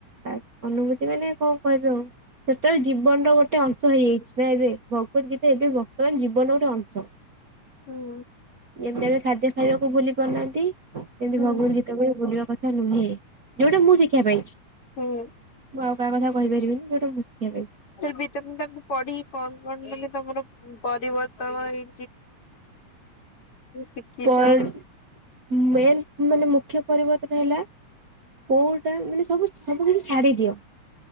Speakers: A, on the right; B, on the left.
A: ଆ ଅନୁଭୂତି ମାନେ କଣ କହିବେ ଆଉ ସେଟା ଜୀବନର ଗୋଟେ ଅଂଶ ହେଇଯାଇଛି। ନା ଏବେ ଭଗବତ ଗୀତା ଏବେ ବର୍ତମାନ ଜୀବନର ଗୋଟେ ଅଂଶ
B: ହୁଁ
A: ଯେମତି ଆମେ ଖାଦ୍ୟ ଖାଇବାକୁ ଭୁଲି ପାରୁନାହାନ୍ତି ସେମିତି
B: ହୁଁ
A: ଭଗବତ ଗୀତାକୁ ଭୁଲିବା କଥା। ନୁହେଁ ଯୋଉଟା ମୁଁ ଶିଖିବା ପାଇଛି।
B: ହୁଁ।
A: ମୁଁ ଆଉ କାହା କଥା କହିପାରିବିନି ଯଉଟା ମୁଁ ଶିଖିବା ପାଇଛି।
B: ଫ ଭ ତମ ତାକୁ ପଢି କଣ କଣ ମାନେ ତମର ପରିବର୍ତ୍ତନ ହେଇ ଶିଖିଛ
A: ପର ମ ମାନେ ମୁଁ ମୁଖ୍ୟ ପରିବର୍ତ୍ତନ ହେଲା କୋଉଟା ମାନେ ସ ସବୁ କିଛି ଛାଡ଼ି ଦିଅ।